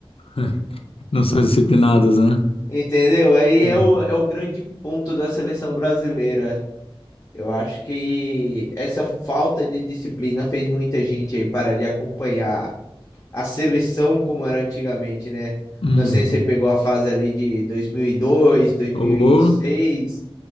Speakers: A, on the left (about 75°); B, on the left (about 35°).
A: <laughs> Não são disciplinados, né?
B: Entendeu? Aí
A: Uhum.
B: é o, é o grande ponto da seleção brasileira. Eu acho que essa falta de disciplina fez muita gente aí parar de acompanhar a seleção como era antigamente, né?
A: Uhum.
B: Não sei se você pegou a fase ali de 2002, 2006.
A: Ô,